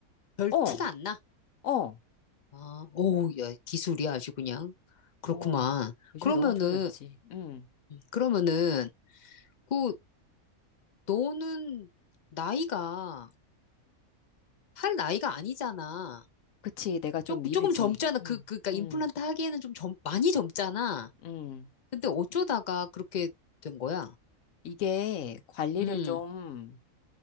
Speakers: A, on the left; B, on the left.
A: 별
B: 어,
A: 티가 안 나.
B: 어,
A: 아, 오우, 야, 기술이 아주 그냥. 그렇구만.
B: 어. 요즘에
A: 그러면은,
B: 너무 좋아졌지. 음,
A: 그러면은, 그, 너는 나이가, 할 나이가 아니잖아.
B: 그치. 내가 좀
A: 조금,
B: 미르지.
A: 조금 젊잖아. 그,
B: 음,
A: 그, 그니까 임플란트
B: 음,
A: 하기에는 좀 젊, 많이 젊잖아.
B: 음.
A: 근데 어쩌다가 그렇게 된 거야?
B: 이게 관리를
A: 음,
B: 좀,